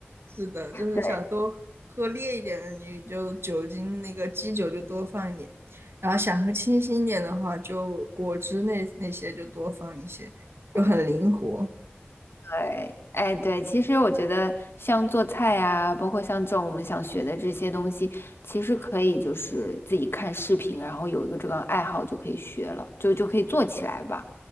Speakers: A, on the right; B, on the left.
A: 是的，就是想多喝烈一点的，
B: 对，
A: 你就酒精那个基酒就多放一点，然后想喝清新一点的话，就果汁那那些就多放一些，就很灵活。
B: 嗯对，哎，对，其实我觉得像做菜啊，包括像这种我们想学的这些东西，其实可以就是自己看视频，然后有一个这个爱好就可以学了，就就可以做起来吧。